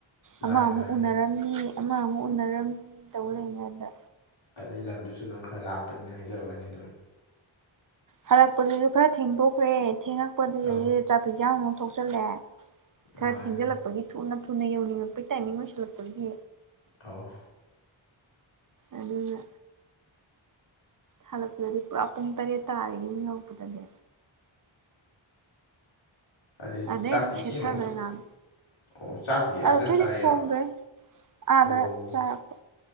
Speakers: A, on the left; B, on the right.
A: ꯃꯥꯅꯦ
B: ꯑꯃ ꯑꯃꯨꯛ
A: ꯃꯥꯅꯦ
B: ꯎꯅꯔꯝꯃꯤ ꯑꯃ ꯑꯃꯨꯛ ꯎꯅꯔꯝꯅꯤ ꯇꯧ ꯂꯩꯉꯩꯗ
A: ꯑꯗꯩ ꯂꯝꯗꯨꯁꯨ ꯑꯗꯨꯝ ꯈꯔ ꯂꯥꯞꯄꯅꯤꯅ ꯍꯥꯏꯖꯋꯥꯅꯤ ꯑꯗꯨꯝ꯫
B: ꯍꯜꯂꯛꯄꯗꯨꯁꯨ ꯈꯔ ꯊꯦꯡꯗꯣꯛꯈ꯭ꯔꯦ ꯊꯦꯡꯉꯛꯄꯗꯨꯗꯗꯤ
A: ꯑꯧ
B: ꯇ꯭ꯔꯥꯐꯤꯛ ꯖꯥꯝ ꯑꯃꯨꯛ ꯊꯣꯛꯆꯜꯂꯦ ꯈꯔ
A: ꯃꯥꯅꯤ
B: ꯊꯦꯡꯖꯤꯜꯂꯛꯄꯒꯤ ꯊꯨꯅ ꯊꯨꯅ ꯌꯧꯅꯤꯡꯉꯛꯄꯩ ꯇꯥꯏꯃꯤꯡ ꯑꯣꯏꯁꯜꯂꯛꯄꯒꯤ
A: ꯑꯥꯎ꯫
B: ꯑꯗꯨꯅ ꯍꯜꯂꯛꯄꯗꯗꯤ ꯄꯨꯔꯥ ꯄꯨꯡ ꯇꯔꯦꯠ ꯇꯥꯔ‌ꯦ ꯌꯨꯝ ꯌꯧꯔꯛꯄꯗꯗꯤ
A: ꯑꯗꯤ
B: ꯑꯗꯩ
A: ꯆꯥꯛꯇꯤ
B: ꯑꯗꯨꯝ
A: ꯏꯆꯦꯅ
B: ꯁꯦꯠꯊꯈ꯭ꯔꯦ
A: ꯑꯃꯨꯛ ꯊꯣꯡ
B: ꯉꯥꯡ
A: ꯑꯣ ꯆꯥꯛꯇꯤ ꯑꯗꯥ
B: ꯑꯗꯨꯗꯩꯗꯤ
A: ꯗꯨꯝ ꯆꯥꯔꯛꯏꯔꯣ
B: ꯊꯣꯡꯗ꯭ꯔꯦ ꯑꯥꯗ
A: ꯑꯣ
B: ꯆꯥꯔꯛꯄ